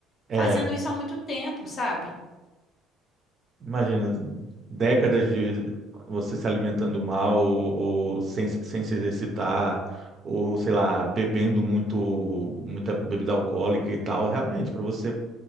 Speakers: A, on the right (about 35°); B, on the left (about 40°).
A: é,
B: fazendo isso há muito tempo, sabe?
A: imagina, décadas de você se alimentando mal ou, ou sem, sem se exercitar, ou sei lá, bebendo muito, muita bebida alcoólica e tal. Realmente, para você